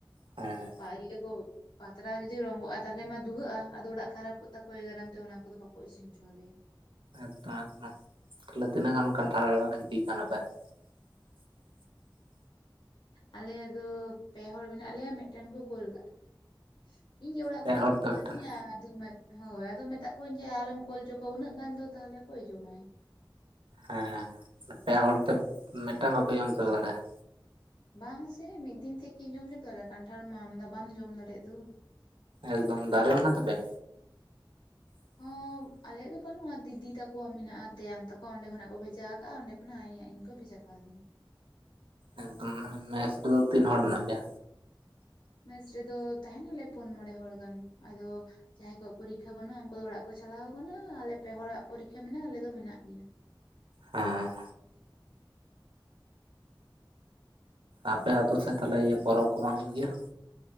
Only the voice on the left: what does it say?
ᱟᱫᱚ <unintelligible> ᱯᱟᱛᱲᱟ ᱡᱩᱫᱤ ᱨᱚᱝᱜᱚᱜᱼᱟ ᱛᱟᱦᱚᱞᱮ ᱢᱟ ᱫᱩᱦᱟᱹᱜᱼᱟ ᱟᱫᱚ ᱚᱲᱟᱜ ᱠᱷᱟᱨᱟᱯᱚᱜ ᱛᱟᱠᱚ, ᱮ ᱠᱟᱨᱚᱱ ᱛᱮ ᱚᱱᱟ ᱠᱚᱫᱚ ᱵᱟᱠᱚ ᱤᱥᱤᱱ ᱦᱚᱪᱚ ᱟᱞᱮᱭᱟ ᱾
ᱟᱞᱮ ᱫᱚ ᱯᱮ ᱦᱚᱲ ᱢᱮᱱᱟᱜ ᱞᱮᱭᱟ ᱢᱤᱫᱴᱮᱱ ᱠᱚ ᱠᱳᱞ ᱠᱟᱜ-ᱟ ᱾ ᱤᱧ ᱜᱮ ᱚᱲᱟᱜ
ᱠᱷᱚᱱᱟᱜ
ᱠᱚ
ᱠᱳᱞ <unintelligible>
ᱦᱳᱭ ᱟᱫᱚ ᱢᱮᱛᱟᱜ ᱠᱩᱣᱟᱧ ᱡᱮ ᱟᱞᱚᱢ ᱠᱳᱞ ᱪᱚ ᱠᱚᱣᱟ ᱩᱱᱟᱹᱜ ᱜᱟᱱ ᱫᱚ ᱛᱟᱦᱚᱞᱮ ᱚᱠᱚᱭ ᱡᱚᱢᱟᱭ
ᱵᱟᱝ ᱥᱮ ᱢᱤᱫ ᱫᱤᱱ ᱛᱤᱠᱤ ᱡᱚᱢ ᱪᱟᱵᱟ ᱫᱟᱲᱮᱼᱟ ᱠᱟᱱᱴᱷᱟᱲ ᱢᱟ ᱟᱢᱫᱟ ᱵᱟᱢ ᱡᱚᱢ ᱫᱟᱲᱮᱜ ᱫᱚ
ᱦᱚᱸ ᱟᱞᱮᱭᱟᱜ ᱫᱚ ᱵᱟᱱᱩᱜᱼᱟ ᱫᱤᱫᱤ ᱛᱟᱠᱚ ᱟᱜ ᱢᱮᱱᱟᱜ ᱼᱟ ᱛᱮᱭᱟᱝ ᱛᱟᱠᱚ ᱚᱸᱰᱮ ᱠᱷᱚᱱᱟᱜ ᱠᱚ ᱵᱷᱮᱡᱟ ᱟᱠᱟᱜᱼᱟ ᱚᱸᱰᱮ ᱠᱷᱚᱱᱟᱜ ᱤᱧ ᱠᱚ ᱵᱷᱮᱡᱟ ᱠᱟᱣᱫᱤᱧᱟ
ᱢᱮᱥ ᱨᱮᱫᱚ ᱛᱟᱦᱮᱱᱟᱞᱮ ᱯᱩᱱ ᱢᱚᱬᱮ ᱦᱚᱲ ᱜᱟᱱ ᱟᱫᱚ ᱡᱟᱦᱟᱸᱭ ᱠᱚᱣᱟᱜ ᱯᱚᱨᱤᱠᱠᱷᱟ ᱵᱟᱹᱱᱩᱜᱼᱟ ᱩᱱᱠᱩ ᱫᱚ ᱚᱲᱟᱜ ᱠᱚ ᱪᱟᱞᱟᱣ ᱠᱟᱱᱟ ᱟᱞᱮ ᱯᱮ ᱦᱚᱲᱟᱜ ᱯᱚᱨᱤᱠᱠᱷᱟ ᱢᱮᱱᱟᱜᱼᱟ ᱟᱞᱮ ᱫᱚ ᱢᱮᱱᱟᱜ ᱞᱮᱭᱟ